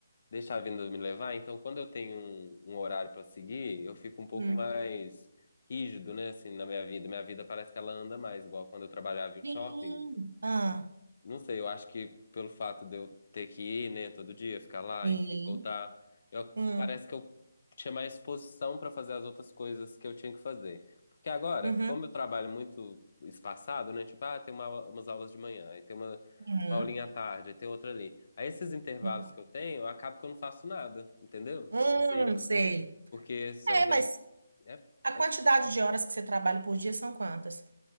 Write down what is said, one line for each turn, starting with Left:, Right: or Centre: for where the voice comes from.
Left: deixar a vida me levar. Então, quando eu tenho um, um horário para seguir, eu fico um pouco
Right: Hum.
Left: mais rígido, né, assim, na minha vida. Minha vida parece que ela anda mais, igual quando eu trabalhava em
Right: Sim.
Left: shopping.
Right: Ah,
Left: Não sei, eu acho que pelo fato de eu ter que ir, né, todo dia, ficar lá,
Right: sim.
Left: enfim, voltar, eu,
Right: Hum.
Left: parece que eu tinha mais disposição para fazer as outras coisas que eu tinha que fazer. Porque agora,
Right: Uhum.
Left: como eu trabalho muito espaçado, né, tipo, ah, tem uma, umas aulas de manhã, aí tem uma,
Right: Uhum.
Left: uma aulinha à tarde, aí tem outra ali. Aí esses intervalos
Right: uhum.
Left: que eu tenho, eu acabo que eu não faço nada, entendeu?
Right: Hum,
Left: Tipo assim,
Right: sei.
Left: porque são
Right: É,
Left: inter...
Right: mas
Left: é,
Right: a quantidade
Left: é difícil.
Right: de horas que você trabalha por dia são quantas?